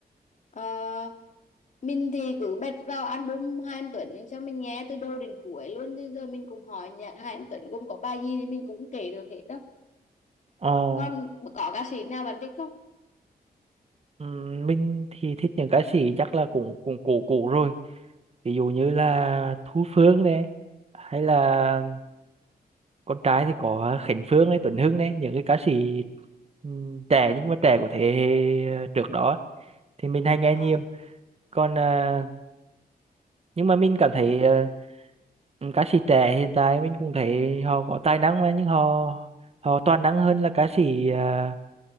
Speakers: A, on the left; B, on the right.
A: Ờ, mình thì cứ bật vào album Hà Anh Tuấn cho mình nghe từ đầu đến cuối luôn. Bây giờ mình cũng hỏi nhạc Hà Anh Tuấn gồm có bài gì thì mình cũng kể được hết đó.
B: Ờ
A: Còn có ca sĩ nào bạn thích không?
B: Ừm, mình thì thích những ca sĩ chắc là cũng cũng cũ cũ rồi ví dụ như là Thu Phương này hay là con trai thì có Khánh Phương này Tuấn Hưng này những cái ca sĩ ừm, trẻ nhưng mà trẻ của thế hệ ờ, trước đó thì mình hay nghe
A: Ờ,
B: nhiều còn à, nhưng mà mình cảm thấy à, ca sĩ trẻ hiện tại mình cũng thấy họ có tài năng mà nhưng họ họ toàn năng hơn là ca sĩ ờ,